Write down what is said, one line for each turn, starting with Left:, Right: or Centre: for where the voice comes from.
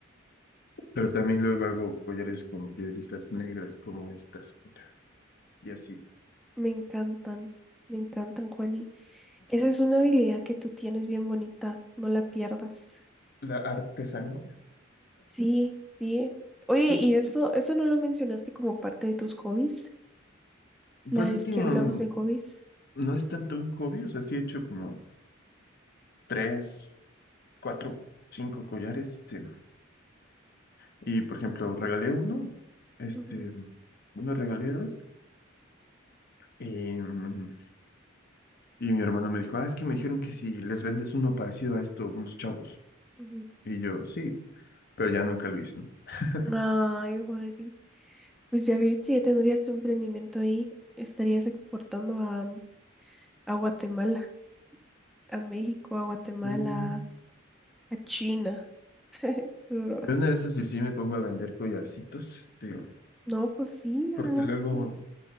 Left: Pero también luego hago collares con piedritas negras como estas, mira. Y así.
Centre: me encantan, me encantan, Juani. Esa es una habilidad que tú tienes bien bonita, no la pierdas.
Left: La artesanía.
Centre: Sí, sí. Oye,
Left: Pues
Centre: y
Left: es
Centre: eso,
Left: que,
Centre: eso no lo mencionaste como parte de tus hobbies, la
Left: pues
Centre: vez
Left: es que
Centre: que
Left: no,
Centre: hablamos de hobbies.
Left: no es tanto un hobby, o sea, sí he hecho como tres, cuatro, cinco collares, este... Y, por ejemplo, regalé uno, este,
Centre: Ujú,
Left: bueno, regalé dos. Y, mm, y mi hermano me dijo, ah, es que me dijeron que si les vendes uno parecido a esto, unos chavos.
Centre: ujú.
Left: Y yo, sí, pero ya nunca lo hice, ¿no? <laughs>
Centre: Ay, Juani, pues ya viste, ya tendrías tu emprendimiento ahí, estarías exportando a, mm, a Guatemala, a México, a Guatemala,
Left: Mm.
Centre: a China. Pero,
Left: En una de esas sí, sí me pongo a vender collarcitos, tío,
Centre: no, pues sí, la
Left: porque
Centre: verdad,
Left: luego,
Centre: sí.